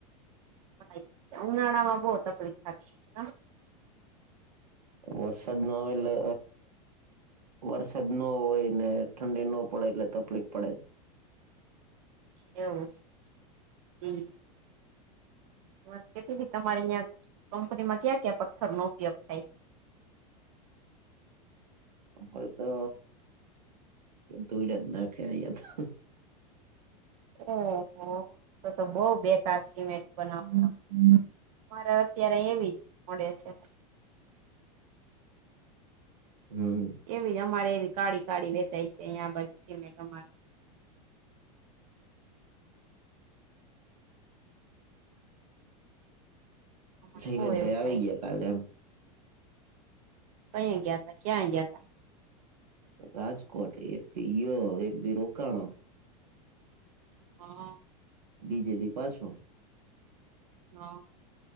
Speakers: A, on the right; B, on the right.
A: ઉનાળામાં બવ તકલીફ <inaudible>
B: વરસાદ ન આવે એટલે વરસાદ ન હોય ને ઠંડી ન પડે એટલે તકલીફ પડે.
A: એવું શે હમ. મને કેતી તી તમારી અયા કંપનીમાં ક્યાં ક્યાં પથ્થર નો ઉપયોગ થાય?
B: અમારે તો ધૂઈડ જ નાખે અયા તો.
A: ઓહો તો તો બોવ બેકાર સિમેન્ટ બનાવવાના. મારે અત્યારે એવી જ મળે છે.
B: હમ્મ.
A: એવી અમારે એવી કાળી-કાળી વેચાય છે આયા આ બાજુ સિમેન્ટ અમારે. અમારે
B: <unintelligible>
A: બહુ એવું
B: ભાઈ આવી
A: થાય
B: ગયા
A: છે
B: કાલે એમ.
A: પઈ ગયા તા ક્યાં ગયા તા.
B: રાજકોટ એક દી યો એક દી રોકાણો.
A: હા.
B: બીજે દી પાછો
A: હ.